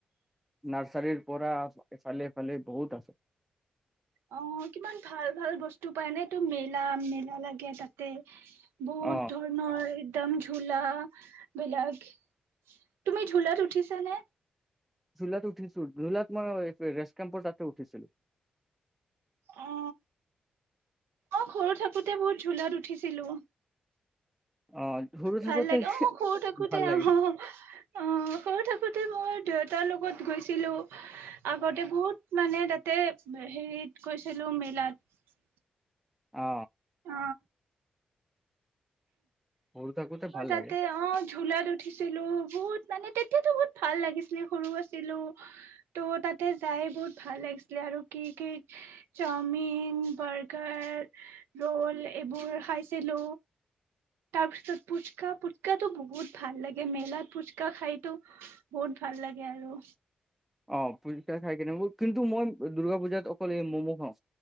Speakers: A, in the centre; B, on the right.
A: নাৰ্চাৰীৰ পৰা এইফালে খালি বহুত আছে
B: অ কিমান ভাল ভাল বস্তু পায় নে এইটো মেলা মেলা লাগে তাতে বহুত
A: অ
B: ধৰণৰ একদম ঝোলা বিলাক তুমি ঝোলাত উঠিছ নে
A: ঝুলাত উঠিছো ঝুলাত মই ৰেষ্ট কেম্পৰ তাতে উঠিছিলো
B: অ অ ঘৰু থাকোতে বহুত ঝোলাত উঠিছিলো
A: অ সৰু থাকোতে
B: ভাল লাগে অ মই সৰু থাকোতে
A: ভাল
B: অ
A: লাগে
B: অ সৰু থাকোতে তাতে মই দেউতাৰ লগত গৈছিলো আগতে বহুত মানে তাতে হেৰিত গৈছিলো মেলাত
A: অ
B: অ
A: সৰু থাকোতে ভাল
B: অ তাতে
A: লাগে
B: অ ঝোলাত উঠিছিলো বহুত মানে তেতিয়াতো বহুত ভাল লাগিছিলে সৰু আছিলো ত' তাতে যাই বহুত ভাল লাগিছিলে আৰু কি কি চাওমিন বাৰ্গাৰ ৰল এইবোৰ খাইছিলো তাৰপিছত ফুচকা ফুচকাটো বহুত ভাল লাগে মেলাত ফুচকা খাইতো বহুত ভাল লাগে আৰু
A: অ পুচকা খাই কিনে কিন্তু মই দুৰ্গা পূজাত অকল এই ম'ম' খাওঁ